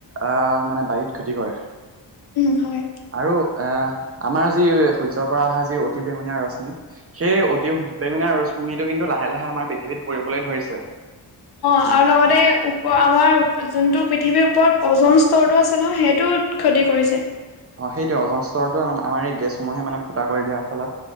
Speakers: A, on the right; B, on the left.
A: আহ মানে বাৰিত খতি কৰে।
B: উম হয়।
A: আৰু আহ আমাৰ যি সূৰ্যৰ পৰা অহা যি অতি বেঙুনীয়া ৰশ্মি সেই অতি বেঙুনীয়া ৰশ্মিটো কিন্তু লাহে লাহে আমাৰ পৃথিৱীত পৰিবলৈ ধৰিছে।
B: অ',
A: উম
B: আৰু লগতে আমাৰ যোনটো পৃথিৱীৰ ওপৰত ওজন স্তৰটো আছে ন সেইটো ক্ষতি কৰিছে।
A: অ', সেইটোয়ে ওজন স্তৰটো আমাৰ এই গেছসমূহে মানে ফুটা কৰি দিয়াৰ ফলত